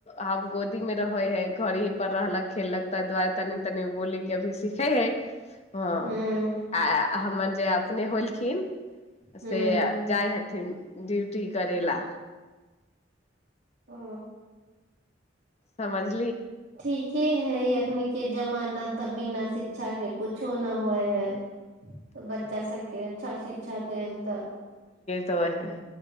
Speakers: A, on the left; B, on the right.
A: आ गोदीमे रहै हइ घरेी पर रहलक खेललक ताहि दुआरे तनि तनि बोली क अभी सिखै हइ हँ
B: हूँ
A: आ हमर जे अपने होलखिन
B: हूँ
A: से जाइ हथिन ड्यूटी करै ल
B: ओ
A: समझ
B: ठीके है अखन के जमाना तब बिना शिक्षा के कुछो न होइ है तऽ बच्चा सबके अच्छा शिक्षा देल तऽ
A: त ह